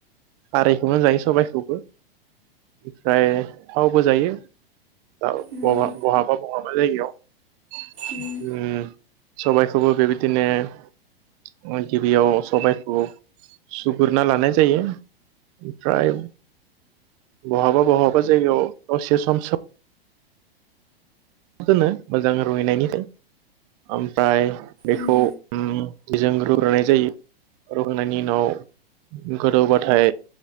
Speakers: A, on the right; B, on the right.
A: खारैखौनो जायो सबायखौबो ओमफ्राय थावबो जायो। दा
B: उम
A: बहा बहाबा बहा जायगायाव ओम
B: उम
A: सबायाइखौबो बेबायदिनो गिबियाव सबाइखौ सुगुरना लानाय जायो। ओमफ्राय बहाबा बहाबा जायगायाव दसे सम सोमन ना दोननो मोजां रुइनायनि ओमफ्राय बेखौ
B: उम
A: उम जोंङो रुग्रोनाय जायो रुग्रोनायनि उनाव गोदौबाथाय